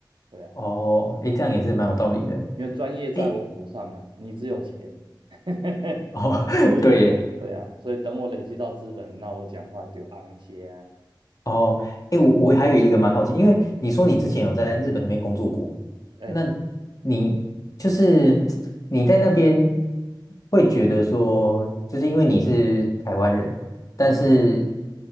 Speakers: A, on the right; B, on the left.
A: 对啊，
B: 哦，哎，这样也是蛮有道理的。
A: 因为专业在我手上啊，
B: 哎，
A: 你只有钱，<laughs>
B: 哦，<laughs>
A: 所以对啊，
B: 对耶
A: 所以等我累积到资本，那我讲话就昂些啊。
B: 哦，诶，
A: 嗯，
B: 我我还有一个蛮好奇，因为你说你之前有在日本那边工作过，
A: 哎，
B: 那你就是你在那边会觉得说，就是因为你是台湾人，但是
A: 那不会。